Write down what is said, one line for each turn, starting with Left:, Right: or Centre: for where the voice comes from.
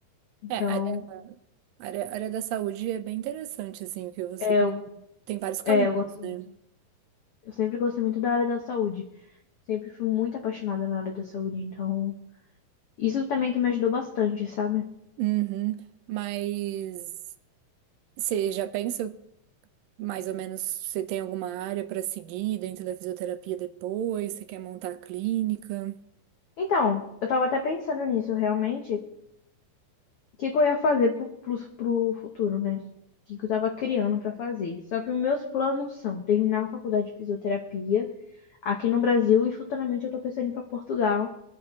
Left: Então,
Right: É, a área, a área, a área da saúde é bem interessante, assim, o que você
Left: é,
Right: tem,
Left: eu
Right: tem vários caminhos,
Left: É, eu gosto muito.
Right: né?
Left: Eu sempre gostei muito da área da saúde. Sempre fui muito apaixonada na área da saúde, então. Isso também que me ajudou bastante, sabe?
Right: Uhum. Mas você já pensa mais ou menos você tem alguma área para seguir dentro da fisioterapia depois? Você quer montar a clínica?
Left: Então, eu tava até pensando nisso, realmente. O que que eu ia fazer pro, pro, pro futuro, né? O que que eu tava criando pra fazer. Só que os meus planos são terminar a faculdade de fisioterapia aqui no Brasil e futuramente eu tô pensando em ir pra Portugal